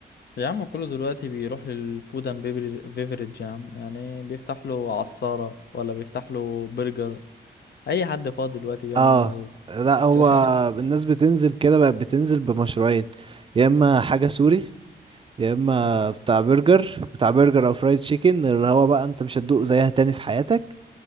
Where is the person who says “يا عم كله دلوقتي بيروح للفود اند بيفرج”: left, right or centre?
Left